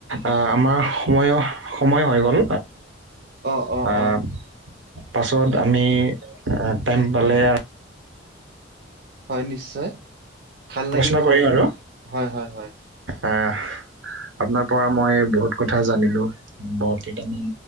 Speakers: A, on the right; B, on the right.
A: আহ আমাৰ সময় সময় হৈ গ'ল
B: অ অ
A: আহ
B: অ।
A: পাছত আমি টাইম পালে
B: হয় নিশ্চয়, ভাল
A: আলোচনা
B: লাগিল বাৰু
A: কৰিম আৰু
B: হয় হয়। <inaudible>
A: আহ, আপোনাৰ পৰা মই বহুত কথা জানিলোঁ কেইটামান